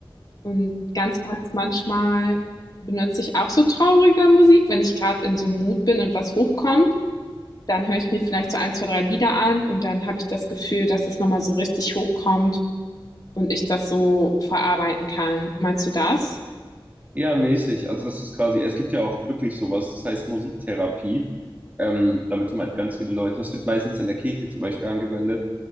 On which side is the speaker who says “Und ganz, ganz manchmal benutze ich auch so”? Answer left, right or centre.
Left